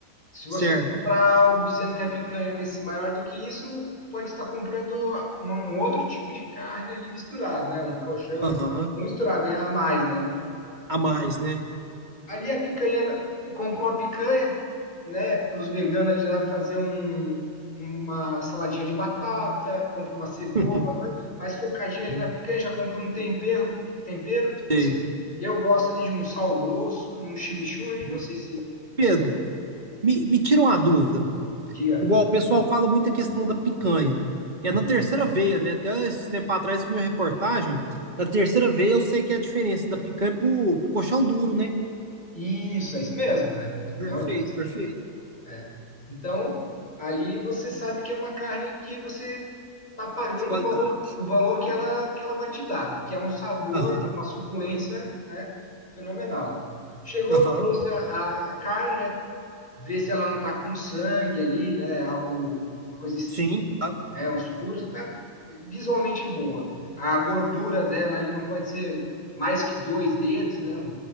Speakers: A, on the left (about 30°); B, on the right (about 30°).
A: Se você
B: certo.
A: comprar algo dizendo que é picanha nesse maior do que isso, pode estar comprando uma- um outro tipo de carne ali misturado, né? Um colchão,
B: Aham.
A: não misturado, né? A mais, né?
B: A mais, né?
A: Ali a picanha, comprou a picanha, né, para os veganos ali lá fazer um, uma saladinha de batata, compra uma cebola,
B: <laughs>
A: uma coisa, mas focadinha ali
B: Uhum.
A: na picanha, já compra um tempero, tempero, não
B: Sei.
A: sei, eu gosto ali de um sal grosso, de um chimichurri,
B: Uhum.
A: não sei se
B: Pedro,
A: você
B: me, me tira uma dúvida.
A: diga.
B: Igual o pessoal fala muito a questão da picanha.
A: Uhum.
B: É na terceira veia, né? Até esse tempo atrás eu vi uma reportagem. Na terceira veia eu sei que é a diferença da picanha pro, pro colchão duro, né?
A: Isso, é isso mesmo, é. Até
B: Perfeito,
A: onde eu sei.
B: perfeito.
A: É. Então, ali você sabe que é uma carne que você está pagando
B: De qualidade.
A: o valor, o valor que ela, que ela vai te dar, que é um sabor,
B: Aham,
A: uma suculência, né, fenomenal. Chegou,
B: aham,
A: trouxe a, a- a carne, né, vê se ela não está com sangue ali, né, algo, uma coisa, es-
B: sim, claro.
A: né, escura, está visualmente boa. A gordura dela ali não pode ser mais que dois dedos, né,